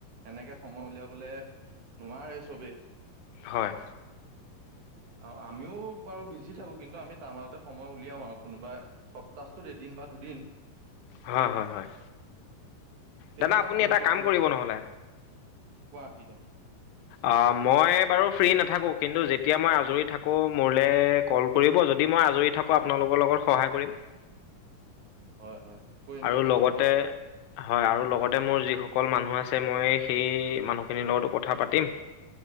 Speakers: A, on the right; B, on the left.
A: এনেকে সময় উলিয়াবলে নোৱাৰে চবেই।
B: হয়
A: অ আমিও বাৰু বিজি থাকো। কিন্তু আমি তাৰ মাজতে সময় উলিয়াও আৰু কোনোবা সপ্তাহটোত এদিন বা দুদিন
B: হয় হয় হয়
A: তেনেকুৱা
B: দাদা আপুনি
A: মানুহ
B: এটা
A: লাগিছিলে
B: কাম কৰিব
A: অ',
B: নহ'লে
A: কোৱা কি কাম
B: আহ মই বাৰু ফ্ৰী নথা- থাকোঁ কিন্তু যেতিয়া মই আজৰি থাকোঁ মোলে কল কৰিব যদি মই আজৰি থাকোঁ আপোনালোকৰ লগত সহায় কৰিম।
A: হয় হয় <unintelligible>
B: আৰু
A: ঠিক আছে
B: লগতে
A: মই-
B: হয় আৰু লগতে মোৰ যিসকল মানুহ আছে মই সেই মানুহখিনিৰ লগতো কথা পাতিম।